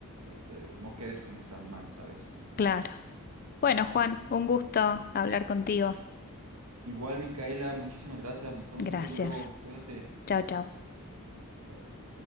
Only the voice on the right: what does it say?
este, no quedes como tan mal, ¿sabes?
Igual, Micaela, muchísimas gracias. Nos estamos
viendo luego. Cuídate.
Chao.